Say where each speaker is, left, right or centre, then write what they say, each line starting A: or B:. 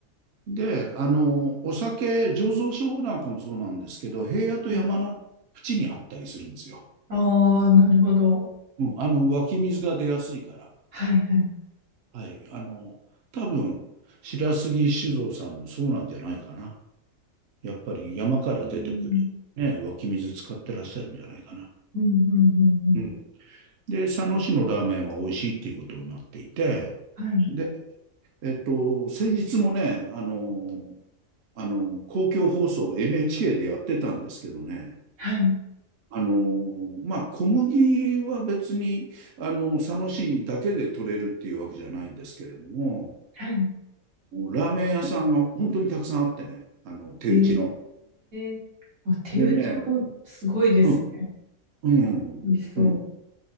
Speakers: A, on the right (about 60°); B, on the right (about 85°).
A: で、あの、お酒醸造所なんかもそうなんですけど、平野と山の淵にあったりするんですよ。
B: はい。ああ、なるほど。
A: うん、あの、湧き水が出やすいから。
B: はい、はい。
A: はい、あの、多分、白杉酒造さんもそうなんじゃないかな。やっぱり山から出てくる、
B: うん、
A: ね、湧き水使ってらっしゃるんじゃないかな。
B: うん、うん、うん。うん
A: うんで、佐野市のラーメンは美味しいっていうことになっていて、
B: はい、
A: で、えっと、先日もね、あの、あの、公共放送 NHK でやってたんですけどね、
B: はい、
A: あの、まあ、小麦は別に、あの、佐野市だけで取れるっていうわけじゃないんですけれども、
B: はい。
A: ラーメン屋さんが本当にたくさんあってね、あの、手打ちの。
B: ええあ、手打ちもすごいですね。
A: でね、うん、うん、
B: 美味しそう。
A: うん。